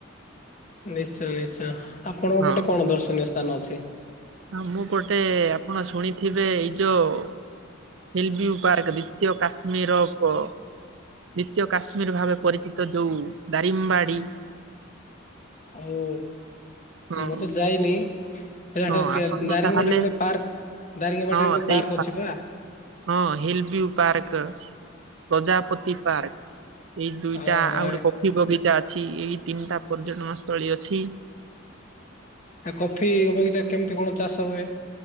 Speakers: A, on the left (about 40°); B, on the right (about 70°).
A: ନିଶ୍ଚୟ ନିଶ୍ଚୟ ଆପଣଙ୍କ
B: ହଁ
A: ପଟେ କଣ ଦର୍ଶନୀୟ ସ୍ଥାନ ଅଛି?
B: ଆମ ପଟେ ଆପଣ ଶୁଣିଥିବେ ଏଇ ଯୋଉ <unintelligible> ପାର୍କ ଦ୍ଵିତୀୟ କାଶ୍ମୀର ବ ଦ୍ୱିତୀୟ କାଶ୍ମୀର ଭାବେ ପରିଚିତ ଯୋଉ ଦାରିମ୍ବାଡ଼ି।
A: ଆଉ
B: ହଁ
A: ମୁଁ ତ ଯାଇନି। ହେଟ
B: ହଁ ଆସନ୍ତୁ
A: ଦାରିଙ୍ଗବାଡି
B: ତାହେଲେ
A: ରେ ଗୋଟେ ପାର୍କ ଦାରିଙ୍ଗବାଡି
B: ହଁ
A: ରେ ଗୋଟେ
B: ସେଇ
A: ପାର୍କ ଅଛି ପା?
B: ହଁ ହିଲ୍ ବୁ ପାର୍କ ପ୍ରଜାପତି ପାର୍କ। ଏଇ ଦୁଇଟା
A: ଓହୋ
B: ଆଉ ଗୋଟେ କଫି ବଗିଚା ଅଛି ଏଇ ତିନିଟା ପର୍ଯ୍ୟଟନ ସ୍ଥଳୀ ଅଛି। ଛି
A: ଏ କଫି ବଗିଚା କେମିତି କଣ ଚାଷ ହୁଏ?